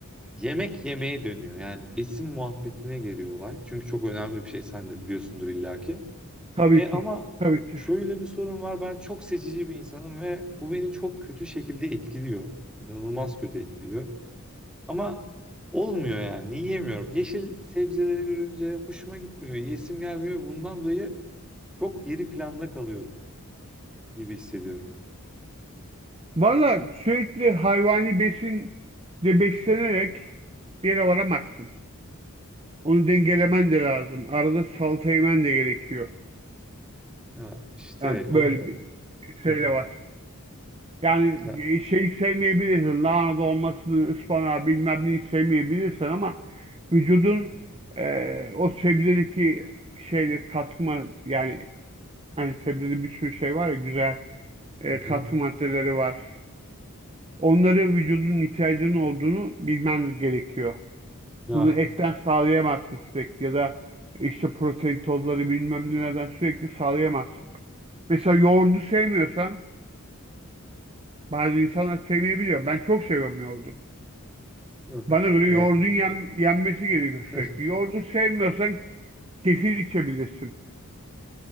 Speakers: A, in the centre; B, on the right.
A: Yemek yemeye dönüyor. Yani besin muhabbetine geliyor olay. Çünkü çok önemli bir şey sen de biliyorsundur illaki.
B: tabii
A: E
B: ki.
A: ama
B: Tabii ki.
A: şöyle bir sorun var. Ben çok seçici bir insanım ve bu beni çok kötü şekilde etkiliyor. İnanılmaz kötü etkiliyor. Ama olmuyor yani. Yiyemiyorum. Yeşil sebzeleri görünce hoşuma gitmiyor. Yesim gelmiyor. Bundan dolayı çok geri planda kalıyorum gibi hissediyorum.
B: Valla sürekli hayvani besinle beslenerek bir yere varamazsın. Onu dengelemen de lazım. Arada salata yemen de gerekiyor.
A: Ya işte
B: Yani böyle
A: onu
B: bir şey
A: Hı.
B: de var. Yani
A: ya,
B: e, şey sevmeyebilirsin. Lahana dolmasını, ıspanağı bilmem neyi sevmeyebilirsin ama vücudun e, o sebzedeki şeyle katma yani hani sebzede bir sürü şey var ya güzel e,
A: Hı hı.
B: katkı maddeleri var. Onları vücudun ihtiyacının olduğunu bilmen gerekiyor.
A: ya
B: Bunu etten sağlayamazsın sürekli ya da işte protein tozları bilmem nelerden sürekli sağlayamazsın. Mesela yoğurdu sevmiyorsan bazı insanlar sevmeyebiliyor. Ben çok seviyorum yoğurdu.
A: yok.
B: Bana göre
A: E,
B: yoğurdun yen- yenmesi gerekiyor
A: <laughs>
B: sürekli. Yoğurdu sevmiyorsan kefir içebilirsin.